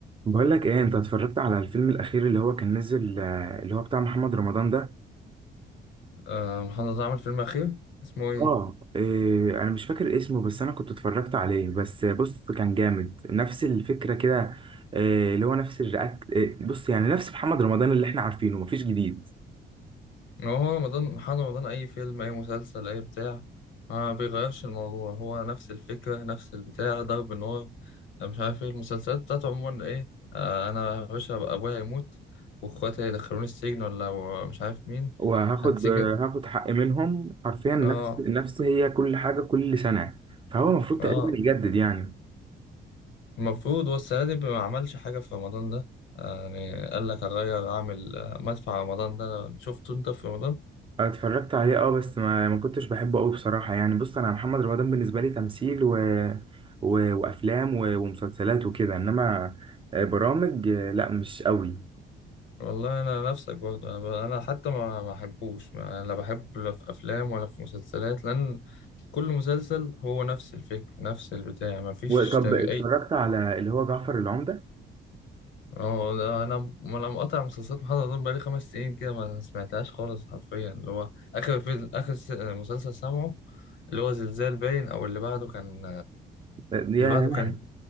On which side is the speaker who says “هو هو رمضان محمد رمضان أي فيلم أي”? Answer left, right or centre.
Left